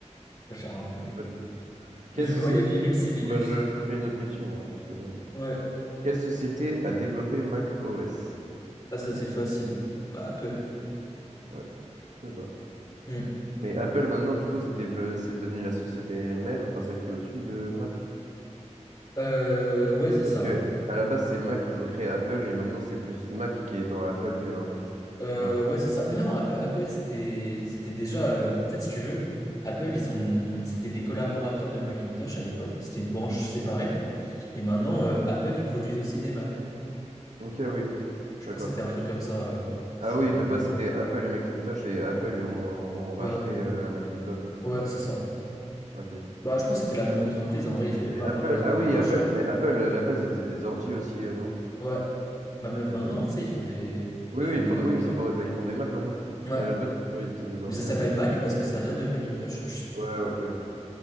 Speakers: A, on the left (about 30°); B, on the right (about 80°).
A: J'ai rien compris.
B: pas du tout. Quelle
A: Le
B: société.
A: noyau de Linux, c'est Linux.
B: Bah, je je fais une autre question, hein, parce que là.
A: Ouais,
B: Quelle société a développé Mac OS?
A: ah ça c'est facile. Bah, Apple.
B: Ouais, c'est ça.
A: Hmm.
B: Mais Apple, maintenant, du coup, c'est dévelop- c'est devenu la société mère, enfin celle qui est au-dessus de Mac.
A: Euh, ouais, c'est
B: Parce
A: ça,
B: que
A: ouais.
B: à la base, c'est Mac, ils ont créé Apple et maintenant, c'est plus Mac qui est dans Apple que l'inverse.
A: Euh,
B: J'ai l'impression.
A: ouais, c'est ça. Mais non, Apple, Apple, c'était, c'était déjà. euh, En fait, si tu veux, Apple, ils ont, c'était des collaborateurs de Macintosh à l'époque. C'était une branche
B: Ok.
A: séparée. Et maintenant, euh, Apple, ils produisent aussi des Mac.
B: Ok, oui,
A: Je
B: d'accord.
A: pense que c'était un truc comme ça, euh, si
B: Ah
A: je
B: oui,
A: me rappelle
B: de base,
A: bien.
B: c'était Apple et Macintosh et Apple ont, ont racheté
A: Ouais,
B: euh, Macintosh.
A: ouais, c'est ça.
B: Ok.
A: Bah, je pense que c'était la même entreprise. En vrai, il n'y avait
B: Mais
A: pas
B: Apple,
A: vraiment de truc
B: ah
A: de
B: oui,
A: rachat.
B: Apple, mais Apple, à la base, ils faisaient des ordi aussi, eux, non?
A: Ouais. Bah, même
B: Ok,
A: maintenant,
B: oui.
A: tu sais, ils font des,
B: Oui,
A: ils
B: oui,
A: font
B: ils
A: des
B: font,
A: Mac.
B: oui, c'est
A: euh,
B: pour, bah, ils font des Mac maintenant.
A: Ouais.
B: Mais à la base, oui, ils faisaient des ordi
A: Mais ça s'appelle
B: Apple,
A: Mac
B: ok.
A: parce que ça vient de Macintosh,
B: Ouais, ouais, ok, oui.